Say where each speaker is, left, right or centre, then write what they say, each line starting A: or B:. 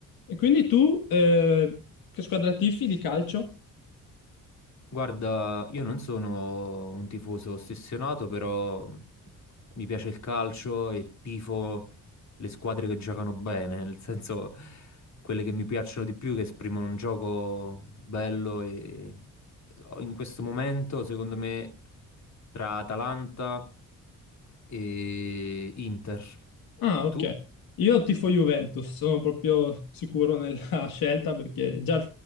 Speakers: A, on the left; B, on the left.
A: E quindi tu eh, che squadra tifi di calcio?
B: Guarda, io non sono un tifoso ossessionato, però mi piace il calcio e tifo le squadre che giocano bene, nel senso quelle che mi piacciono di più, che esprimono un gioco bello e in questo momento, secondo me, tra Atalanta e Inter.
A: Ah, ok.
B: Tu?
A: Io tifo Juventus, sono proprio sicuro nella <laughs> scelta perché già,